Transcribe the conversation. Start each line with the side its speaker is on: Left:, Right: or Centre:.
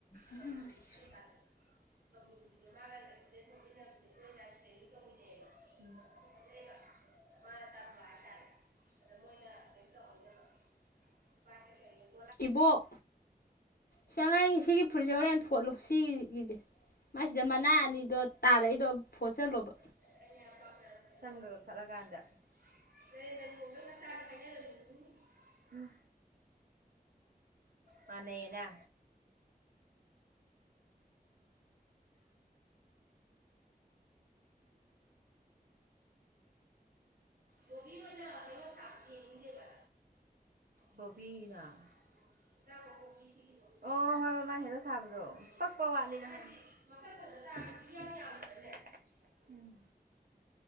Left: ꯉꯥꯡꯉꯁꯨ
Right: ꯇꯔꯨꯕꯤ ꯀꯩꯀꯥ <unintelligible> <unintelligible> ꯃꯥꯒ ꯑꯦꯛꯁꯤꯗꯦꯟ ꯊꯣꯛꯃꯤꯟꯅꯁꯦ ꯈꯣꯏ <unintelligible> ꯇ꯭ꯔꯦꯅꯤꯡ ꯇꯧꯃꯤꯟꯅꯌꯦꯕ ꯎꯝ <unintelligible> ꯑꯩꯅ ꯃꯟꯅꯥ ꯇꯝꯕ ꯍꯥꯏꯇꯔꯦ ꯑꯗꯣ ꯃꯣꯏꯅꯥ ꯀꯦꯝ ꯇꯧꯍꯩꯗꯕ ꯕꯥꯏꯛ ꯇꯥ ꯀꯩ ꯗꯥ
Left: ꯏꯕꯣꯛ ꯁꯤ ꯑꯉꯥꯡꯒꯤ ꯁꯤꯒꯤ ꯐꯨꯔꯤꯠꯁꯦ ꯍꯧꯔꯦꯟ ꯐꯣꯠꯂꯨ ꯁꯤꯒꯤ ꯒꯤꯖꯦ ꯃꯥꯏꯁꯤꯗ ꯃꯅꯥ ꯑꯅꯤꯗꯣ ꯇꯥꯔꯛꯏꯗꯣ ꯐꯣꯠꯆꯜꯂꯣꯕ
Right: <unintelligible> ꯑꯩꯅ ꯌꯝ ꯄꯝꯖ <unintelligible> ꯁꯝꯒ ꯀꯛꯊꯠꯂꯀꯥꯟꯗ ꯅꯩꯌꯦ ꯅꯩꯌꯦ ꯇꯣꯝꯕꯩ ꯃꯆꯥꯅꯤ ꯍꯥꯏꯅꯔꯝ ꯃꯤꯅꯤ ꯎꯝ ꯃꯟꯅꯩꯌꯦꯅꯥ ꯕꯣꯕꯤ ꯈꯣꯏꯅ ꯍꯦꯔꯣ ꯁꯥꯕꯁꯤ ꯌꯦꯡꯅꯤꯡꯗꯦꯕ ꯕꯣꯕꯤ ꯅꯥ <unintelligible> <unintelligible> ꯄꯣꯛꯄꯤ ꯁꯤꯒꯤꯗꯣ ꯑꯣ ꯍꯣꯏ ꯍꯣꯏ ꯃꯥ ꯍꯦꯔꯣ ꯁꯥꯕꯗꯣ ꯄꯛꯄ ꯋꯥꯠꯂꯤꯗ ꯍꯥꯏꯗꯤ ꯃꯥꯁꯛ <unintelligible> ꯇꯔꯁꯨ ꯏꯌꯥꯡ ꯌꯥꯡꯗ꯭ꯔꯅꯦ ꯎꯝ